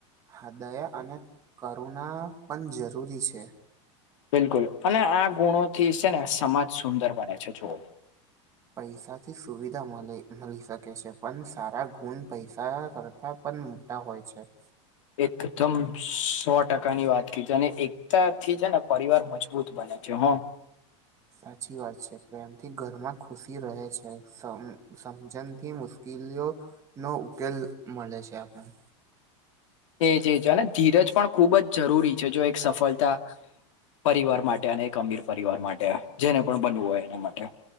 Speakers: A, on the right; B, on the left.
A: હૃદયા અને કરુણા પણ જરૂરી છે.
B: બિલકુલ અને આ ગુણોથી છે ને સમાજ સુંદર બને છે જુવો.
A: પૈસા થી સુવિધા મળે મળી શકે છે પણ સારા ગુણ પૈસા કર. હા પણ મોટા હોય છે.
B: એકદમ સો ટકા ની વાત કી છે અને એકતા થી છે ને પરિવાર મજબૂત બને છે હા.
A: સાચી વાત છે પ્રેમથી ઘરમાં ખુશી રહે છે સમ સમજણથી મુશ્કેલ. કલીઓ નો ઉકેલ મળે છે આપણે.
B: એજજ અને ધીરજ પણ ખૂબ જ જરૂરી છે જો એક સફળતા. પરિવાર માટે અને એક અમીર પરિવાર માટે જેને પણ બનવું હોય એના માટે.